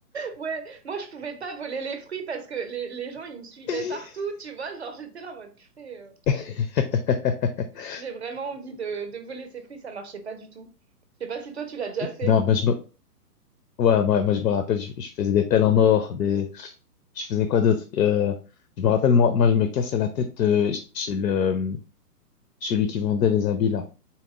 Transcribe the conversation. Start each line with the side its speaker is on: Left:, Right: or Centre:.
Right: Ouais, moi je pouvais pas voler les fruits parce que les, les gens ils me suivaient
Left: <laughs>
Right: partout, tu vois, genre j'étais là en mode purée, euh,
Left: <laughs>
Right: j'ai vraiment envie de, de voler ces fruits, ça marchait pas du tout. Je sais pas si toi tu l'as déjà fait.
Left: Non, ben je me, Ouais, ouais moi je me rappelle, je, je faisais des pelles en or, des, je faisais quoi d'autre? Euh, je me rappelle, moi, moi, je me cassais la tête euh, chez le, celui qui vendait les habits là.